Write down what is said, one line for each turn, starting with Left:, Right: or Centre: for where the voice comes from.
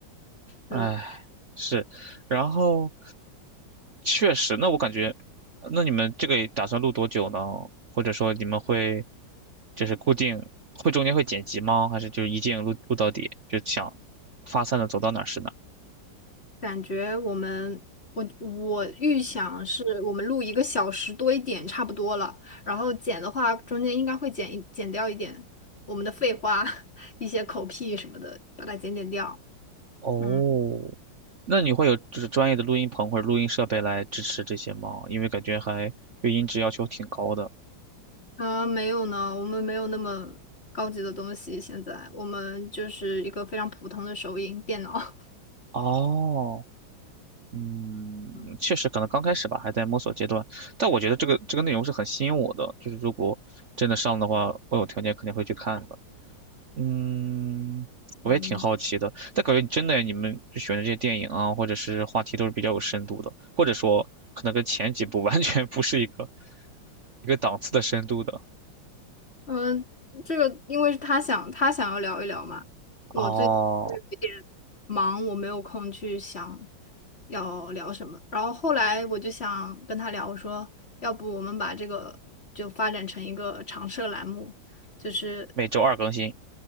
Right: 哎，
Left: <laughs> 对吧？
Right: 是，然后确实，那我感觉，那你们这个打算录多久呢？或者说你们会就是固定会中间会剪辑吗？还是就一镜录录到底，就想发散的走到哪儿是哪儿？
Left: 感觉我们，我我预想是我们录一个小时多一点差不多了，然后剪的话中间应该会剪一剪掉一点我们的废话，<laughs> 一些口癖什么的，把它剪剪掉。
Right: 哦，
Left: 嗯，
Right: 那你会有就是专业的录音棚或者录音设备来支持这些吗？因为感觉还对音质要求挺高的。
Left: 呃，没有呢，我们没有那么高级的东西，现在我们就是一个非常普通的手影电脑。
Right: 哦，嗯，
Left: <laughs> 嗯
Right: 确实可能刚开始吧，还在摸索阶段。但我觉得这个这个内容是很吸引我的，就是如果真的上的话，我有条件肯定会去看的。嗯，我也挺好奇的。
Left: 嗯。
Right: 但感觉真的你们就选的这些电影啊，或者是话题都是比较有深度的，或者说可能跟前几部 <laughs> 完全不是一个一个档次的深度的。
Left: 嗯，这个因为是他想他想要聊一聊嘛，我最近就是有点忙，
Right: 哦，
Left: 我没有空去想要聊什么。然后后来我就想跟他聊，我说要不我们把这个就发展成一个常设栏目，就是
Right: 每周二更新。